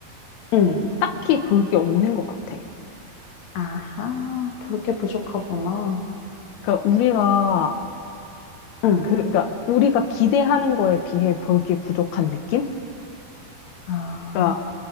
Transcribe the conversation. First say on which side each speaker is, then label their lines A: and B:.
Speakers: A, on the left; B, on the left.
A: 응.
B: 딱히 볼 게 없는 것 같아.
A: 아하, 볼게 부족하구나.
B: 그러니까 우리가,
A: 응.
B: 그, 그러니까 우리가 기대하는 거에 비해 볼 게 부족한 느낌?
A: 아,
B: 그러니까